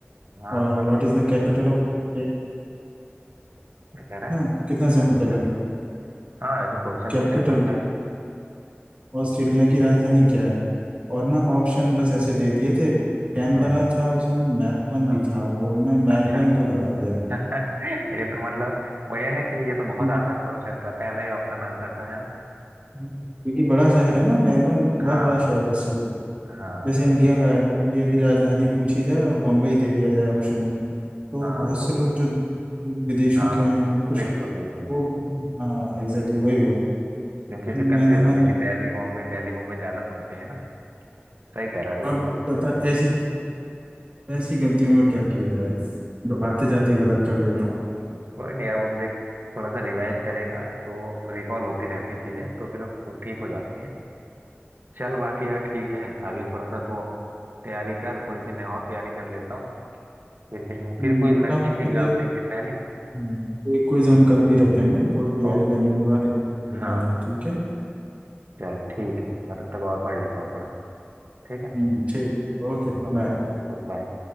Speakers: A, on the right (about 55°); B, on the right (about 35°).
A: हाँ
B: और
A: मतलब
B: what is the capital of है
A: क्या कह रहा
B: ना
A: है
B: कितना
A: व्हाट
B: सिंपल
A: इज दैट?
B: है
A: हाँ ऐसे क्वेश्चन
B: कैपिटल
A: तो सिंपल था ही।
B: ऑस्ट्रेलिया की राजधानी क्या है और ना ऑप्शन बस ऐसे दे दिए थे कैनबरा
A: हम्म
B: था उसमें मेलबर्न
A: हाँ
B: भी था और मैं मेलबर्न
A: अच्छा
B: को लगा दिया
A: <laughs> ये तो मतलब वही है ना कि ये तो बहुत
B: क्योंकि
A: आसान क्वेश्चन था पहला ही ऑप्शन आंसर था है ना
B: क्योंकि बड़ा शहर है ना मेलबर्न बहुत
A: हाँ
B: बड़ा शहर है ऑस्ट्रेलिया
A: हाँ
B: जैसे
A: हाँ
B: इंडिया का
A: करेक्ट
B: है इंडिया की राजधानी पूछी जाए और बम्बई दे दिया जाए ऑप्शन में तो
A: हाँ
B: बहुत
A: तो
B: से लोग जो विदेशों
A: हाँ
B: के हैं
A: मतलब
B: उनको श-
A: बिल्कुल बिल्कुल
B: वो हाँ एग्जैक्टली वही हुआ
A: क्योंकि फिर कंफ्यूज
B: मैंने ना
A: होंगे
B: कहा
A: कि दिल्ली बॉम्बे दिल्ली बॉम्बे ज्यादा सुनते हैं ना सही कह रहा है बिल्कुल
B: अब
A: सही कह
B: बता
A: रहा है यार
B: ऐसी ऐसी गलतियों का क्या किया जाए जो आते जाते
A: कोई
B: गलत कर देता
A: हम्म,
B: हूँ
A: हम्म, कोई नहीं यार वो तो देख थोड़ा सा रिवाइज करेगा तो रिकॉल होती रहती हैं चीजें तो फिर वो ठीक हो जाती हैं चल बाकी यार ठीक है अभी थोड़ा सा तो तैयारी कर थोड़ी सी मैं और तैयारी कर लेता हूँ फिर किसी दिन
B: हम्म,
A: फिर क्विज
B: फिर
A: रखेंगे
B: हम फिर
A: एग्जाम
B: एक
A: से एक दिन पहले
B: हम्म, तो एक क्विज हम कल भी रखेंगे थोड़ी तैयारी
A: ओके
B: करने के बाद एक- तो
A: हाँ
B: पहले ठीक है ना
A: चल ठीक है मैं तब तक और पढ़ लेता हूँ थोड़ा ठीक है
B: हम्म, ठीक Okay
A: Okay
B: bye
A: bye